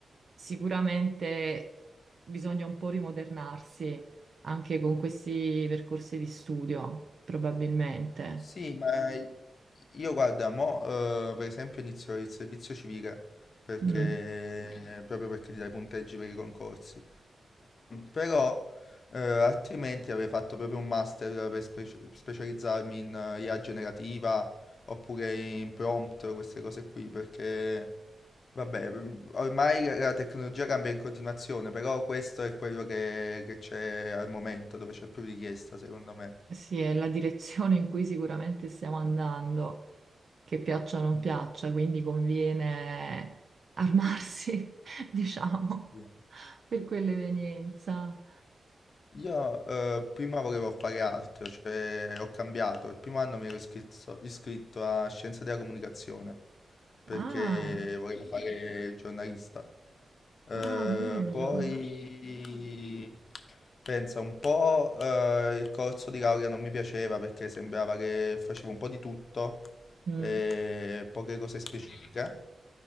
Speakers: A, on the right; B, on the left.
A: Sicuramente bisogna un po' rimodernarsi anche con questi percorsi di studio, probabilmente.
B: Sì, ma io guarda, mo, eh, per esempio inizio il servizio civile perché,
A: Mm.
B: eh, proprio perché ti dai punteggi per i concorsi. Però eh, altrimenti avrei fatto proprio un master per speci- specializzarmi in eh, IA generativa oppure in prompt, queste cose qui, perché vabbè, ormai la la tecnologia cambia in continuazione, però questo è quello che che c'è al momento, dove c'è più richiesta, secondo me.
A: Sì, è la direzione in cui sicuramente stiamo andando. che piaccia o non
B: Mm.
A: piaccia, quindi conviene armarsi, <laughs> diciamo,
B: Sì.
A: per quell'evenienza.
B: Io eh, prima volevo fare altro, cioè ho cambiato. Il primo anno mi ero iscritto, iscritto a Scienze della Comunicazione perché
A: Ah,
B: volevo fare il giornalista. Eh,
A: ah, bello.
B: poi pensa un po', eh, il corso di laurea non mi piaceva perché sembrava che facevo un po' di tutto
A: Mm.
B: e poche cose specifiche.